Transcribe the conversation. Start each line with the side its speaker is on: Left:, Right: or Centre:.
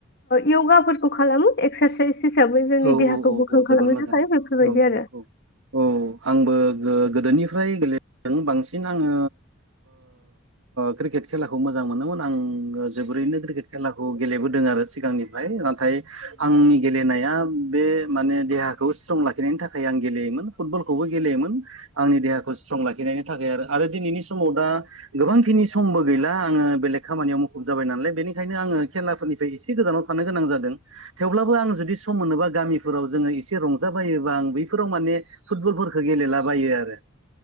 Left: य'गाफोरखौ खालामो एक्सारसाइस। हिसाबै जोंनि
Right: औ
Left: देहाखौ
Right: औ औ
Left: गोख्रों
Right: औ जोबोर
Left: खालामनो
Right: मोजां
Left: थाखाय बेफोरबायदि
Right: औ
Left: आरो
Right: औ औ औ आंबो। गोदोनिफ्राय गेलेदों बांसिन आङो क्रिकेट खेलाखौ मोजां मोनोम। नां। आङो जोबोरैनो क्रिकेट खेलाखौ गेलेबोदों आरो सिगांनिफ्राय नाथाय आंनि गेलेनाया। बे माने देहाखौ स्ट्रं लाखिनायनि थाखाय आं गेलेयोमोन फुटबलखौबो गेलेयोमोन। आंनि देहाखौ स्ट्रं लाखिनायनि थाखाय आरो दिनैनि समाव दा गोबांखिनि समबो गैला आङो बेलेग। खामानियाव मुुखुब जाबाय नालाय बेनि बेनिंखनो आङो खेलाफोरनिफ्राय एसे गोजानाव थानो गोनां जादों थेवबो जु मोनोबा गामिफोराव जोङो एसे रंजा बायोबा आं बैफोराव माने फुटबलफोरखौ गेलेलाबायो आरो